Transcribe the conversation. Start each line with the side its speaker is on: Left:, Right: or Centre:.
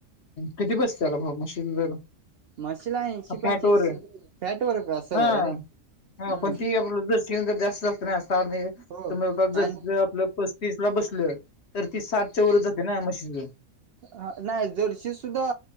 Left: किती बसत त्याला भाव माशीच्या दुधाला?
Right: म्हशीला ऐशी
Left: का
Right: पंच्याऐश,
Left: फॅट वर आहे
Right: फॅट वर सगळं
Left: हा
Right: हाय रे.
Left: हा
Right: हम्म.
Left: पण ती आपल जर्सी गाय जास्त असत न,
Right: हो
Left: <unintelligible> जर्शीच
Right: आणि
Left: आपल प तीस ला बसलं, तर ती सातच्या वर जाते ना मशीच.
Right: ह नाही जरशी सुद्धा